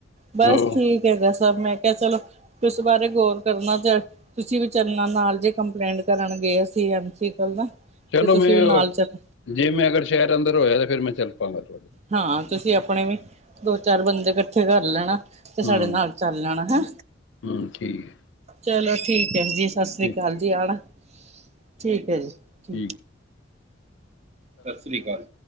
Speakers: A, on the right; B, on the left.
A: ਬਸ
B: ਹੋਰ
A: ਠੀਕ ਹੈ ਬਸ। ਬਸ ਮੈਂ ਕਿਹਾ ਚਲੋ ਉਸ ਬਾਰੇ ਗੌਰ ਕਰਨਾ ਤੁਸੀਂ ਵੀ ਚੱਲਣਾ ਨਾਲ ਜੇ ਕੰਪਲੇਂਟ ਕਰਨਗੇ। ਗਏ ਸੀ ਐਮ ਸੀ ਕੋਲ ਨਾ,
B: ਚਲੋ
A: ਤੇ ਤੁਸੀਂ
B: ਮੈਂ
A: ਵੀ ਨਾਲ ਚੱਲ
B: ਜੇ ਮੈਂ ਅਗਰ ਸ਼ਹਿਰ ਅੰਦਰ ਹੋਇਆ ਤੇ ਫੇਰ ਮੈਂ ਚੱਲ ਪਾਵਾਗਾ।
A: ਹਾਂ ਤੁਸੀਂ ਆਪਣੇ ਵੀ ਦੋ ਚਾਰ ਬੰਦੇ ਇਕੱਠੇ ਕਰ ਲੈਣਾ। ਤੇ
B: ਹੂੰ
A: ਸਾਡੇ ਨਾਲ ਚੱਲ ਲੈਣਾ ਹੈਂ
B: ਹੂੰ ਠੀਕ ਹੈ।
A: ਚਲੋ ਠੀਕ, ਜੀ ਸਤਿ ਸ੍ਰੀ
B: ਠੀਕ
A: ਅਕਾਲ ਜੀ ਆਣਾ ਠੀਕ ਹੈ ਜੀ,
B: ਠੀਕ
A: ਸਤਿ ਸ੍ਰੀ ਅਕਾਲ